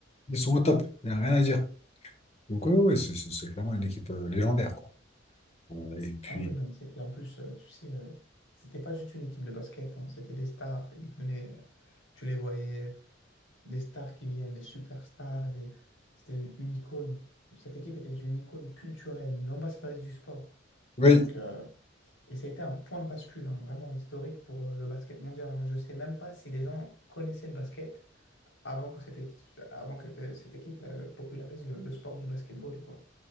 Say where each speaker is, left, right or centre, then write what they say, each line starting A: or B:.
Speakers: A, on the left; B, on the left.
A: Ils sont au top. Il n'y a rien à dire. Donc, oui, c'est c'est- c'est clairement une équipe euh, légendaire, quoi. Euh, et puis.
B: Ah oui, non, mais c'était en plus, euh, tu sais, euh, c'était pas juste une équipe de basket, hein, c'était des stars. Ils venaient, euh, tu les voyais, des stars qui viennent, des superstars, des... c'était une icône. Cette équipe était une icône culturelle, une ambassadrice du sport.
A: Oui,
B: Donc, euh, et ça a été un point de bascule, hein, vraiment historique pour euh, le basket mondial. hein. Je sais même pas si les gens connaissaient le basket avant que cette équipe, avant que euh, cette équipe euh, popularise le, le sport du basketball, quoi.